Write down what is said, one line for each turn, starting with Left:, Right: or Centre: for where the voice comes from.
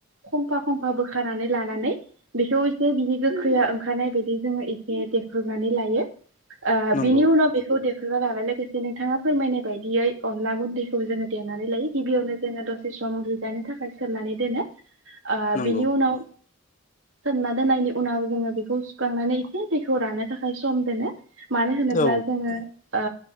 Right: खंफा खंफा बोखार नानै लानानै बेखौ एसे बिनि गोखैआ ओंखारनाय बायदि जोङो एसे देख्रुबनानै लायो ओ
Left: नंगौ
Right: बिनि उनाव बेखौ दे खो होनानै लोगोसे नोंथाङा फोरमायनाय बायदियै अनला गुन्दैखौ जोङो देनानै लायो। गिबियावनो जोङो दसे सम रुजानो थाखाय सोमनानै दोनो। आ
Left: नंगौ
Right: बिनि उनाव सोमना दोननायनि उनाव जोङो बेखौ सुखांनानै एसे दैखौ राननो थाखाय सम दोनो। मानो होनोब्ला
Left: औ
Right: जोङो ओ